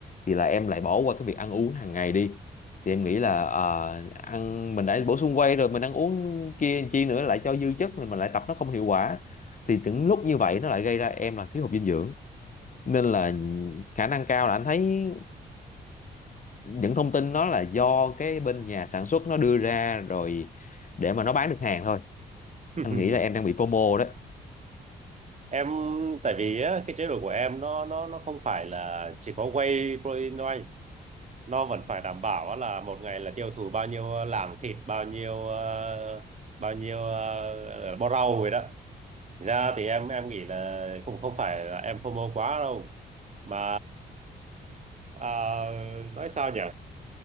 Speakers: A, on the left (about 45°); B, on the right (about 40°).
A: thì là em lại bỏ qua cái việc ăn uống hàng ngày đi thì em nghĩ là ờ, ăn mình đã bổ sung whey rồi mình ăn uống kia chi nữa lại cho dư chất thì mình lại tập nó không hiệu quả thì những lúc như vậy nó lại gây ra em là thiếu hụt dinh dưỡng nên là khả năng cao là anh thấy những thông tin đó là do cái bên nhà sản xuất nó đưa ra rồi để mà nó bán được hàng thôi
B: <laughs>
A: anh nghĩ là em đang bị FOMO đấy
B: em tại vì á, cái chế độ của em nó nó nó không phải là chỉ có whey protein thôi nó vẫn phải đảm bảo á là một ngày là tiêu thụ bao nhiêu ờ, lạng thịt bao nhiêu ờ, bao nhiêu uh, bó rau rồi đó Thành ra thì em em nghĩ là cũng không phải là em phô mô quá đâu mà ờ, nói sao nhỉ